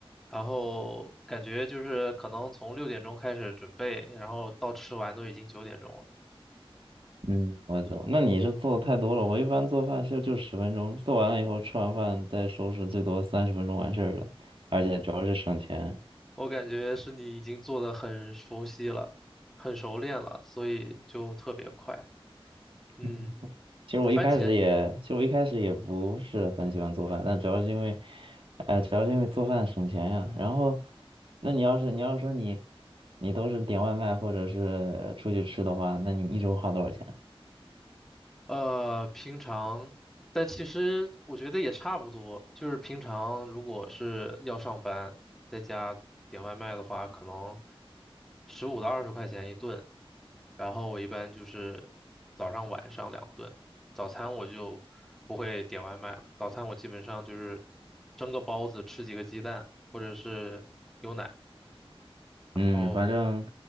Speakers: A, in the centre; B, on the right.
A: 然后感觉就是可能从六点钟开始准备，然后到吃完都已经九点钟了。
B: 嗯，我知道。那你是做的太多了，我一般做饭就就十分钟，做完了以后吃完饭再收拾，最多三十分钟完事儿了，而且主要是省钱。
A: 我感觉是你已经做的很熟悉了，很熟练了，所以就特别快。嗯，
B: 嗯。其实我一开始也，
A: 番茄，嗯。
B: 其实我一开始也不是很喜欢做饭，但主要是因为，呃，主要是因为做饭省钱呀。然后，那你要是你要是说你，你都是点外卖或者是呃出去吃的话，那你一周花多少钱啊？
A: 呃，平常，但其实我觉得也差不多。就是平常如果是要上班，在家点外卖的话，可能十五到二十块钱一顿。然后我一般就是早上晚上两顿，早餐我就不会点外卖了。早餐我基本上就是蒸个包子，吃几个鸡蛋，或者是牛奶。然后
B: 嗯，反正，